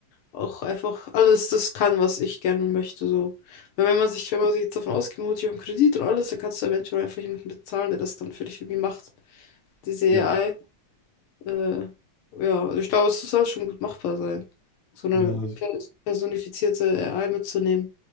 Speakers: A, on the left; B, on the left.
A: auch einfach alles das kann, was ich gerne möchte. So. Weil wenn man sich, wenn man sich jetzt davon ausgeht, man holt sich auch einen Kredit und alles, dann kannst du eventuell einfach jemanden bezahlen, der das dann für dich irgendwie macht. Diese
B: Ja.
A: AI. Äh, ja, also ich glaube, es soll schon gut machbar sein. So eine
B: Ja, ich
A: pers- personifizierte AI mitzunehmen.